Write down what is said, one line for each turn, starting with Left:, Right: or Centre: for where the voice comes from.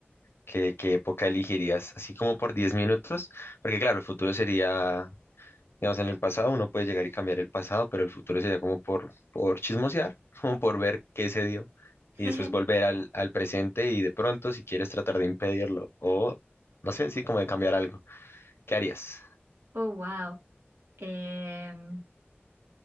Left: ¿qué, qué época elegirías? Así como por 10 minutos, porque claro, el futuro sería, digamos, en el pasado uno puede llegar y cambiar el pasado, pero el futuro sería como por, por chismosear, <laughs> como por ver qué se dio
Right: <laughs>
Left: y después volver al, al presente y de pronto, si quieres tratar de impedirlo o, no sé, sí, como de cambiar algo. ¿Qué harías?
Right: Oh, wow. Em,